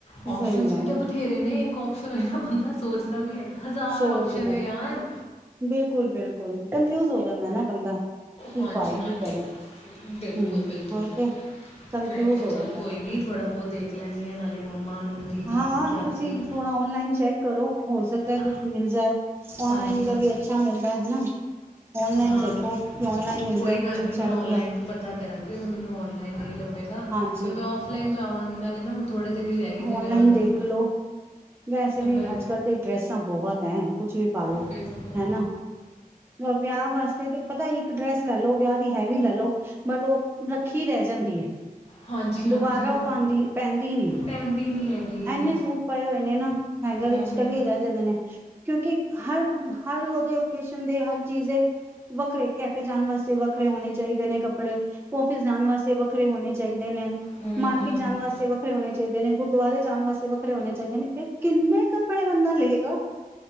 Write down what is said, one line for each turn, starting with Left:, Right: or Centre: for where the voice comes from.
Left: ਓਪਸ਼ਨਸ
Right: ਸਹੀ ਗੱਲ
Left: ਵੀ ਤਾਂ
Right: ਹੈ
Left: ਬਥੇਰੇ ਨੇ ਕੋਪਸ਼ ਰਹਿਣਾ ਬਣਦਾ। ਸੋਚਦਾ ਵੀ ਹੈਗਾ ਹਜ਼ਾਰ
Right: ਸੋਚਦਾ
Left: ਓਪ ਚਲੇ ਯਾਰ
Right: ਬਿਲਕੁਲ- ਬਿਲਕੁਲ ਕਨਫਿਊਜ ਹੋ ਜਾਂਦਾ ਨਾ ਬੰਦਾ। ਕੀ
Left: ਹਾਂਜੀ-
Right: ਪਾਏ
Left: ਹਾਂਜੀ
Right: ਕੀ ਕਰੇ
Left: ਬਿਲਕੁਲ-
Right: ਹਮ
Left: ਬਿਲਕੁਲ
Right: ਉਹੀ ਤੇ ਕੰਨਫਿਊਜ
Left: ਮੈਂ ਕਿਹਾ
Right: ਹੋ
Left: ਚੱਲ
Right: ਜਾਂਦਾ
Left: ਕੋਈ ਨੀ ਥੋੜ੍ਹਾ ਬਹੁਤ ਦੇਖ ਲੈਂਦੀ ਹਾਂ ਨਾਲੇ ਮੰਮਾ ਨੂੰ, ਦੀਦੀ
Right: ਹਾਂ
Left: ਨੂੰ, ਚਾਚੀ
Right: ਤੁਸੀਂ ਥੋੜਾ ਓਨਲਾਈਨ ਚੈੱਕ ਕਰੋ। ਹੋ ਸਕਦਾ ਹੈ,
Left: ਅ
Right: ਕੁਛ ਮਿਲ ਜਾਏ। ਔਨਲਾਈਨ
Left: ਹਾਂਜੀ ਹਾਂ
Right: ਦਾ ਵੀ ਅੱਛਾ ਮਿਲਦਾ ਹੈ ਹਨਾ ਔਨਲਾਈਨ
Left: ਹਾਂ
Right: ਦੇਖੋ ਕਿ ਔਨਲਾਈਨ ਮਿਲ
Left: ਕੋਈ
Right: ਜਾਏ ਕੁਛ
Left: ਗੱਲ ਨਹੀਂ
Right: ਅੱਛਾ
Left: ਮੈਂ
Right: ਵਧੀਆ
Left: ਔਨਲਾਈਨ ਵੀ ਪਤਾ ਕਰਾਂਗੀ ਅਗਰ ਮੈਨੂੰ ਔਨਲਾਈਨ ਨਹੀਂ ਲੱਭੇਗਾ
Right: ਹਾਂਜੀ
Left: ਫਿਰ ਮੈਂ ਔਫਲਾਈਨ ਜਾਵਾਂਗੀ ਨਾਲੇ ਨਾ ਹੁਣ ਥੋੜੇ ਦਿਨ ਹੀ ਰਹਿ ਗਏ ਨੇ ਵਿਆਹ
Right: <unintelligible>
Left: ਨੂੰ
Right: ਦੇਖਲੋ ਵੈਸੇ ਵੀ
Left: ਬਿਲ
Right: ਅੱਜ ਕੱਲ੍ਹ ਤੇ ਡਰੈਸਾਂ ਬਹੁਤ ਹੈ ਕੁਛ ਵੀ ਪਾਲੋ
Left: ਬਿਲਕੁਲ
Right: ਹੈ ਨਾ ਵਿਆਹ ਵਾਸਤੇ ਤੇ ਪਤਾ ਇੱਕ ਡਰੈਸ ਲੈ ਲਓ ਵਿਆਹ ਦੀ ਹੈਵੀ ਲੈ ਲਓ ਬਟ ਉਹ ਰੱਖੀ ਰਹਿ ਜਾਂਦੀ ਏ
Left: ਹਾਂਜੀ
Right: ਦੁਬਾਰਾ
Left: ਹਾਂਜੀ
Right: ਉਹ <unintelligible> ਪੈਂਦੀ ਨੀ
Left: ਪੈਂਦੀ ਨਹੀਂ ਹੈਗੀ
Right: ਏਨੇ ਸੂਟ ਪਏ ਹੋਏ <unintelligible> ਹੈਂਗਰ
Left: ਹੂੰ
Right: ਚ ਟੰਗੇ ਈ ਰਹਿ ਜਾਂਦੇ ਨੇ ਕਿਉਂਕਿ ਹਰ ਹਰ ਓਕੇਸ਼ਨ ਦੇ ਹਰ ਚੀਜ਼ ਦੇ ਵੱਖਰੇ ਕੈਫੇ ਜਾਣ ਵਾਸਤੇ ਵੱਖਰੇ ਹੋਣੇ ਚਾਹੀਦੇ ਨੇ ਕੱਪੜੇ ਓਫਿਸ ਜਾਣ ਵਾਸਤੇ ਵੱਖਰੇ ਹੋਣੇ ਚਾਹੀਦੇ <unintelligible>
Left: ਹੂੰ
Right: ਮਾਰਕੀਟ
Left: ਹੂੰ
Right: ਜਾਣ ਵਾਸਤੇ ਵੱਖਰੇ ਹੋਣੇ <unintelligible> ਗੁਰਦੁਆਰੇ ਜਾਨ ਵਾਸਤੇ ਵੱਖਰੇ ਹੋਣੇ ਚਾਹੀਦੇ ਨੇ ਕਿੰਨੇ ਕੱਪੜੇ ਬੰਦਾ ਲਏਗਾ